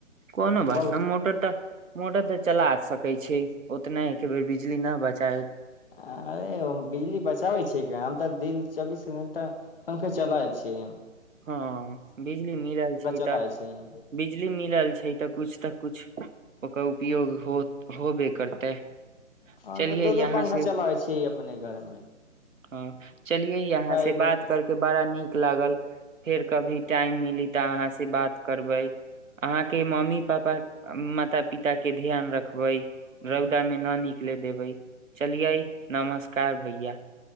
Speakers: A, on the right (about 80°); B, on the left (about 45°).
A: कोनो बात
B: बहुत
A: नहि मोटर तऽ मोटर तऽ चला आ सकै कहै छै उतना एक बेर बिजली न बचा
B: अरे ओ बिजली बचाबै छिय क हम तऽ दिन चौबीस घंटा पंखे चलाय छि
A: हँ बिजली मिलल छै
B: चलाबै
A: तऽ
B: छियै हम
A: बिजली मिलल छै तऽ किछु तऽ किछु ओकर उपयोग होयत होब करतै
B: हम
A: चलिए
B: तऽ दो दो
A: यहाँ
B: पंखा
A: से
B: चलाबै छियै अपने घरमे
A: हँ चलिये यहाँ से
B: एक
A: बात करके बड़ा नीक लागल फेर कभी टाइम मिली प ता अहाँ से बात करबे अहाँ के मम्मी पापा माता पिता के ध्यान रखबे रौदा मे ना निकले देबे चलिये नमस्कार भैया